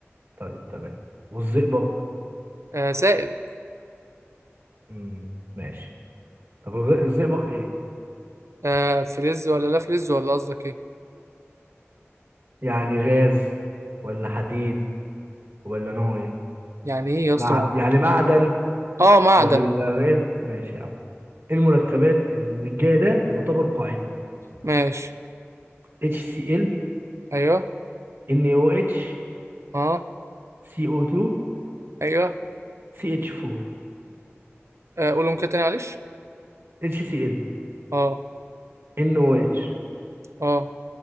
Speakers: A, on the right; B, on the right.
A: طيب تمام والزئبق
B: آه سائل
A: مم، ماشي طب الغ- الزئبق ايه
B: آه فلز ولا لا فلز ولا قصدك ايه
A: يعني غاز ولا حديد ولا نوع ايه
B: يعني ايه يا
A: مع
B: اسطى مو-
A: يعني معدن
B: اه معدن
A: ولا غاز ماشي يا عم إيه المركبات اللي من الجاي ده يعتبر قاعدي
B: ماشي
A: HCl
B: ايوه
A: NaOH
B: اه
A: CO2
B: ايوه
A: CH4
B: آه قولهم كده تاني معلش
A: HCl
B: اه
A: NaOH
B: اه